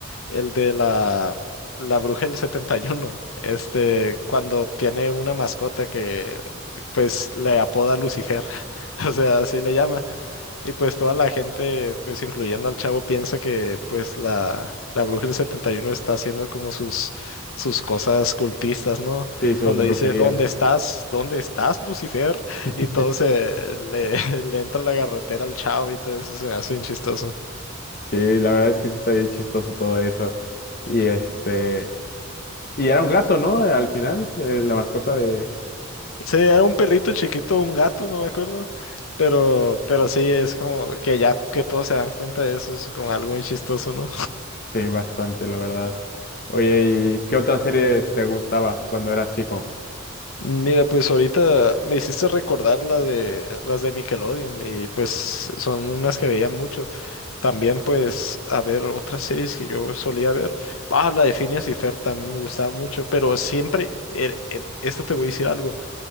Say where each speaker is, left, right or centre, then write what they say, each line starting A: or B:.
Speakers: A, on the left; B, on the left.
A: el de la, la bruja del setenta y uno este, cuando tiene una mascota que pues le apoda Lucifer, <laughs> o sea, así le llama, y pues toda la gente, pues incluyendo al chavo, piensa que pues la, la bruja del 71 está haciendo como sus, sus cosas cultistas, ¿no?
B: Sí, sus
A: Cuando
B: brujerías.
A: dice, ¿dónde estás? ¿Dónde estás, Lucifer?
B: <laughs>
A: Y todo se le, <laughs> le entra la garrotera al chavo y todo eso se me hace bien chistoso.
B: Sí, la verdad es que sí está bien chistoso todo eso. Y este, y era un gato, ¿no? Al final, eh, la mascota de...
A: Sí, era un perrito chiquito, un gato, no me acuerdo. Pero, pero sí, es como que ya que todos se dan cuenta de eso, es como algo muy chistoso, ¿no?
B: Sí, bastante, la verdad. Oye, ¿y qué otra serie te gustaba cuando eras chico?
A: Mira, pues ahorita me hiciste recordar la de las de Nickelodeon y pues son unas que veía mucho. También pues a ver otras series que yo solía ver. Ah, la de Phineas y Fer también me gustaba mucho, pero siempre, er- er- esto te voy a decir algo.